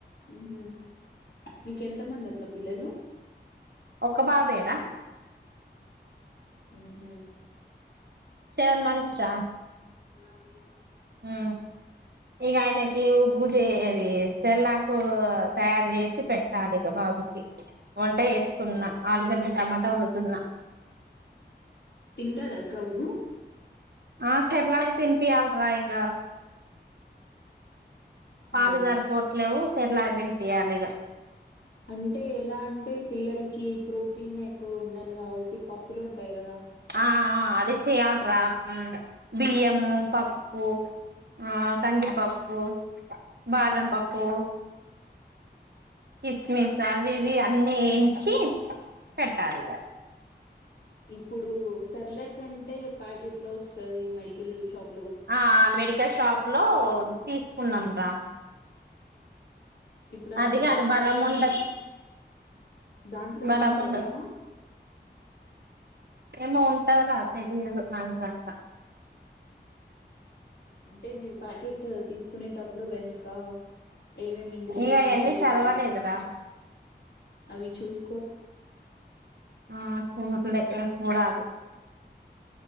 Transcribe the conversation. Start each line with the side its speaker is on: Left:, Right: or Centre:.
Left: మ్ హు మీక ఎంత మంది అక్క పిల్లలు
Right: ఒక పాపేర
Left: హ్మ్ హు
Right: సెవెన్ మంత్స్ రా
Left: నాదే
Right: ఆ ఇగ ఆయనకి ఉగ్గు జేయాలి ఈ సెర్లకు తయారు చేసి పెట్టాలి ఇగ బాబుకి వంట చేస్తున్నా ఆలుగడ్డ టమాటా వండుతున్న
Left: తింటాడాక్క ఉగ్గు
Right: ఆ సర్లాక్ తిన్పియాల్ రా ఇగ పాలు
Left: అవునా!
Right: సరిపోట్లేవు సెర్లెక్ దినిపియాలి ఇగ
Left: అంటే ఎలా అంటే పిల్లలకి ప్రోటీన్ ఎక్కువ ఉండాలి గావట్టి పప్పులు ఉంటాయి కదా
Right: ఆ అదే చెయ్యాల్రా బియ్యము పప్పు ఆ కందిపప్పు బాదం పప్పు కిస్మిస్ అవి ఇవి అన్నీ ఎయించి పెట్టాలిగ
Left: ఇప్పుడు సెర్లెక్ అంటే ప్యాకెట్ లో వస్తాది మెడికల్ షాప్
Right: ఆ మెడికల్ షాప్ లో తీసుకున్నాం రా
Left: ఇప్పుడా
Right: అదిగా అది
Left: దాంట్లో
Right: బలం
Left: ఏం
Right: ఉండదు
Left: దాంట్లో
Right: బలం
Left: ఏముంటదక్క
Right: ఉండదు ఏమో ఉంటాది రా తెలియదు నాకు గట్ట
Left: అంటే మీరు ప్యాకెట్ తీసుకునేటప్పుడు వెనక ఏమేమి ఇంగ్రిడియట్స్
Right: ఇగ అయన్నీ
Left: యూస్
Right: చదవలేదురా
Left: చే అవి చూస్
Right: ఆ చూడ్లె ఇగ చూడలి